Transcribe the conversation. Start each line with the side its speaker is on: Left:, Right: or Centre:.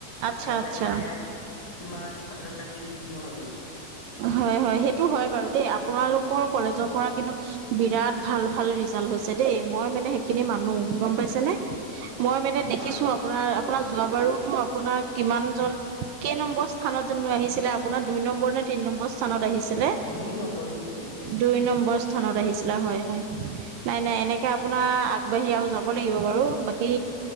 Right: আচ্ছা
Left: আগতে
Right: আচ্ছা
Left: আমাৰ ইয়াত। কিমান ছাত্ৰ ছাত্ৰী উত্তীৰ্ণ হৈ গৈছে
Right: হয়, হয় সেইটো হয় বাৰু দেই আপোনালোকৰ কলেজৰ পৰা কিন্তু বিৰাট ভাল ভাল ৰিজাল্ট হৈছে দেই মই মানে সে সেই খিনি মানো গম পাইছে নে? মই মানে দেখিছো
Left: হয় হয়
Right: আপ আপোনাৰ আপোনাৰ যোৱা বাৰুতো আপোনাৰ কিমান জন? কেই নম্বৰ স্থানত জানো আহিছিলে আপোনাৰ? দুই নম্বৰ নে তিন নম্বৰ স্থানত আহিছিলে।
Left: দুই নম্বৰ, দুই নম্বৰ।
Right: দুই নম্বৰ স্থানত আহিছিলে হয়, হয়। নাই, নাই এনেকে আপোনাৰ আগবাঢ়ি আৰু যাব লাগিব বাৰু বাকী